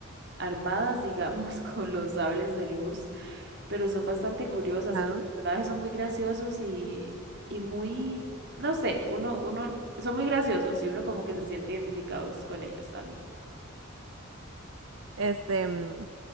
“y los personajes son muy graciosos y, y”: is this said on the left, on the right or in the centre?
Right